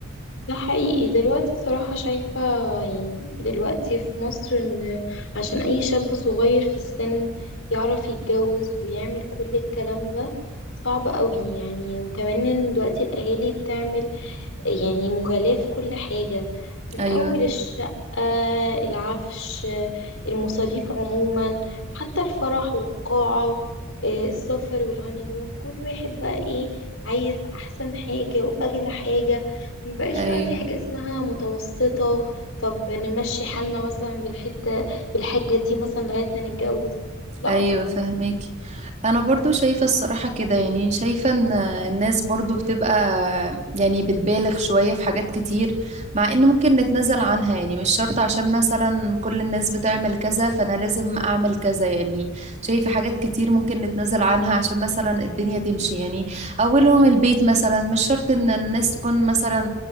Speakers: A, on the left; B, on the right.
A: ده حقيقي دلوقتي صراحة شايفة يعني دلوقتي في مصر ان عشان اي شاب صغير في السن يعرف يتجوز ويعمل كل الكلام ده صعب قوي يعني وكمان ان دلوقتي الاهالي بتعمل يعني مغالاة في كل حاجة من
B: ايوه
A: أول الشقة العفش المصاريف عموما حتى الفرح والقاعة آه، السفر والهانيمون كل واحد بقى ايه عايز أحسن حاجة وأغلى حاجة مبقاش
B: ايوه
A: بقى في حاجة اسمها متوسطة طب نمشي حالنا مثلا بالحتة بالحاجة دي مثلا لغاية ما نتجوز لا
B: ايوه
A: صراحة
B: فهمك انا برضو شايفة الصراحة كده يعني شايفة ان الناس برضو بتبقى يعني بتبالغ شوية في حاجات كتير مع ان ممكن نتنازل عنها يعني مش شرط عشان مثلا كل الناس بتعمل كذا فانا لازم اعمل كذا يعني شايفة حاجات كتير ممكن نتنازل عنها عشان مثلا الدنيا تمشي يعني اولهم البيت مثلا مش شرط ان الناس تكون مثلا